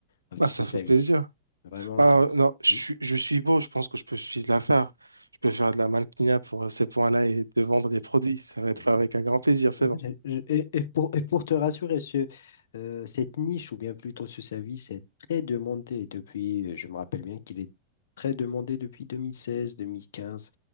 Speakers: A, on the left; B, on the right.
A: avec
B: Bah, ça
A: ce service.
B: fait plaisir.
A: Vraiment
B: Bah,
A: donc
B: euh,
A: c'est-
B: non, je,
A: oui.
B: suis je suis beau, je pense que je peux suffire la faire. Je peux faire de la mannequinat pour euh, ces points-là et de vendre des produits. Ça va
A: oui.
B: être fait avec un grand plaisir, c'est
A: Euh,
B: bon.
A: je- Et, et pour et pour te rassurer, ce euh, cette niche ou bien plutôt ce service est très demandé depuis. euh, Je me rappelle bien qu'il est très demandé depuis deux deux mille seize deux mille quinze